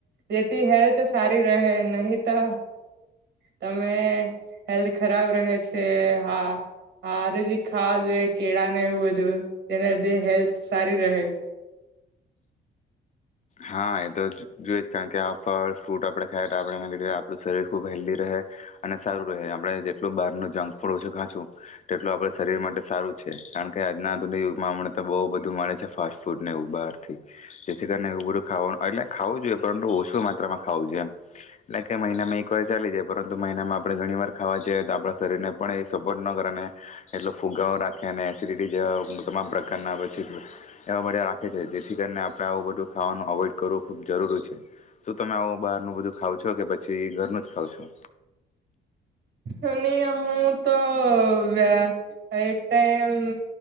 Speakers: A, on the right; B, on the left.
A: જેથી હેલ્થ સારી રહે, નહી તો તમે હેલ્થ ખરાબ રહે છે. હા હર ખાવા જોઈએ કેળા ને એવું બધું તેના લીધે હેલ્થ સારી રહે.
B: હા એ તો જોઈ જ કારણ કે આ ફળ, ફ્રૂટ આપણે ખાઈ તો આપણે લીધ આપણું શરીર ખૂબ હેલ્ધી રહે, અને સારું રહે. આપણે જેટલું બહાર નુ જંક ફૂડ ઓછું ખાંશું તેટલું આપણા શરીર માટે સારું છે, કારણ કે આજના આધુનિક યુગમાં હમ તો બહુ બધું મળે છે ફાસ્ટ ફૂડને બહારથી, જેથી કરીને ખાવ એટલે ખાવુ જોઈએ પરંતુ ઓછું માત્રામાં ખાવું જોઈએ એમ, <unintelligible> મહિના મે એક વાર ચાલી જાય, પરંતુ તો મહિનામાં આપણે ઘણી વાર ખાવા જઈએ, તો આપણા શરીરને પણ એ સપોર્ટ ન કરે અને એટલો ફુગાવો રાખે અને એસિડિટી જેવા તમામ પ્રકારના પછી એવા બધા રાખે છે, જેથી કરીને આપણે આવું બધું ખાવાનું. અવોઈડ કરવો ખૂબ જરૂરી છે, તો તમે આવું બહારનું બધું ખાવ છો કે પછી ઘરનું જ ખાવ છો?
A: અને હું. તો વ્ય એક ટાઈમ